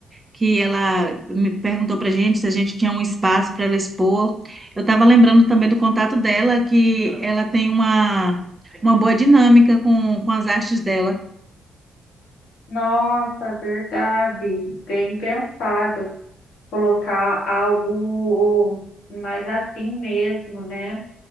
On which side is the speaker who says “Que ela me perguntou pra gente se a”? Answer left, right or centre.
Right